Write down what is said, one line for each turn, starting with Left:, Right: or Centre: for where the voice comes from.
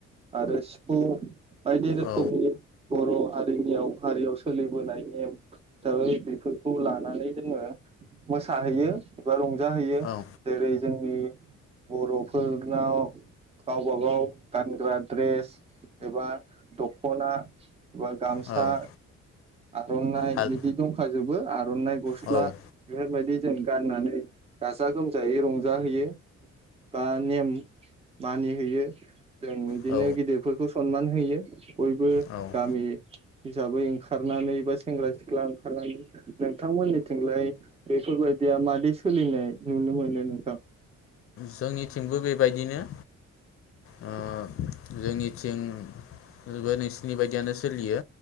Right: आरो सिफुं बायदिनो
Left: औ
Right: समनि बर' हारिनियाव हारियाव सोलिबोनाय नेम हिसाबै बेफोरखौ लानानै जोङो मोसाहैयो एबा रंजा जाहैयो
Left: औ
Right: जेरै जों जोंनि बर'फोरनाव गावब गाव गानग्रा ड्रेस एबा दख' खना बा गामसा
Left: औ
Right: आर'नाइ
Left: हाल
Right: बिदि दंखाजोबो आर'नाइ गस्ला
Left: औ
Right: बेफोरबायदि जों गाननानै गाजा गोमजायै रंजाहैयो बा नेम मानिहैयो। जों बिदिनो
Left: औ
Right: गिदिरफोरखौ सनमान होययो बयबो
Left: औ
Right: गामि हिसाबै ओंखारनानै बा सेंग्रा सिख्ला ओंखारनानै नोंथांमोननिथिंलाय बेफोरबायदिया मादि सोलिनाय नुनो मोनो नोंथां।
Left: जोंनिथिंबो बेबायदिनो
Right: <unintelligible>
Left: ओ जोंनिथिंबो नोंसिनि बायदियानो सोलियो।